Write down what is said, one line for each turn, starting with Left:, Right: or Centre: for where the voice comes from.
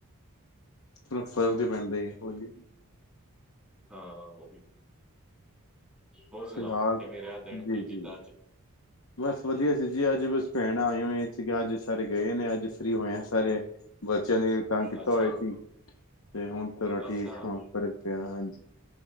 Left: ਫਰਕ ਤੇ ਪੈਂਦਾ ਹੈ ਹੋਲੀ
Centre: ਹਾਂ ਉਹ ਵੀ। ਹੋਰ ਸੁਣਾਓ
Left: ਫਿਲਹਾਲ
Centre: ਕਿਵੇਂ ਰਿਹਾ ਦਿਨ
Left: ਜੀ
Centre: ਕੀ ਕੀਤਾ
Left: ਜੀ
Centre: ਅੱਜ।
Left: ਬਸ ਵਧੀਆ ਸੀ ਜੀ ਅੱਜ ਬਸ ਭੈਣਾ ਆਈਆ ਹੋਈਆ ਸੀਗੀ ਅੱਜ ਸਾਰੇ ਗਏ ਨੇ ਅੱਜ। ਫਰੀ ਹੋਏ ਆ ਸਾਰੇ ਬੱਚਿਆਂ ਨੇ ਤੰਗ ਕੀਤਾ
Centre: ਅੱਛਾ
Left: ਹੋਇਆ ਸੀ। ਤੇ ਹੁਣ ਥੋੜਾ ਠੀਕ
Centre: ਅੱਛਾ।
Left: ਹਾਂ ਪਰ ਪਿਆ ਹਾਂਜੀ